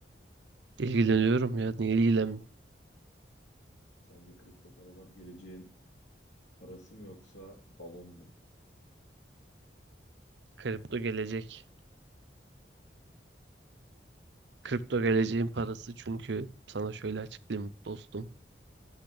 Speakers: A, on the right (about 70°); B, on the left (about 80°).
A: İlgileniyorum ya. Niye ilgilen?
B: Sence kripto paralar geleceğin parası mı yoksa balon mu?
A: Kripto gelecek. Kripto
B: Yani
A: geleceğin parası çünkü sana şöyle açıklayayım dostum.